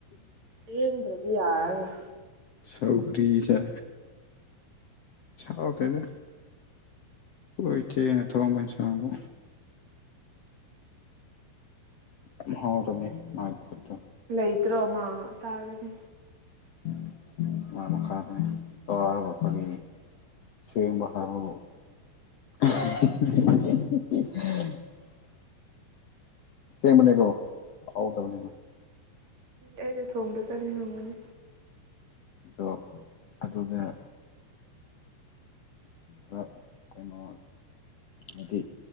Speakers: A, on the right; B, on the left.
A: ꯂꯥꯏꯌꯦꯡꯗ꯭ꯔꯗꯤ ꯌꯥꯔꯔꯣꯏ꯫
B: ꯁꯧꯒꯔꯤ ꯆꯥꯏ ꯍꯥꯎꯇꯦꯗ ꯈꯣꯏ ꯏꯆꯦꯅ ꯊꯣꯡꯕ ꯏꯟꯁꯥꯡꯕꯣ꯫ ꯌꯥꯝ ꯍꯥꯎꯇꯕꯅꯦ ꯃꯥꯒꯤ ꯈꯨꯠꯇꯣ꯫
A: ꯂꯩꯇ꯭ꯔꯣ ꯃꯥ ꯇꯥꯒꯅꯤ꯫
B: <unintelligible> ꯑꯁꯦꯡꯕꯅꯦ ꯑꯗꯣ ꯍꯥꯎꯇꯕꯅꯦ꯫
A: ꯑꯩꯅ ꯊꯣꯡꯕ ꯆꯥꯅꯤꯡꯉꯝꯒꯅꯤ꯫
B: ꯑꯗꯣ ꯑꯗꯨꯗ ꯈꯔ ꯀꯩꯅꯣ ꯍꯥꯏꯗꯤ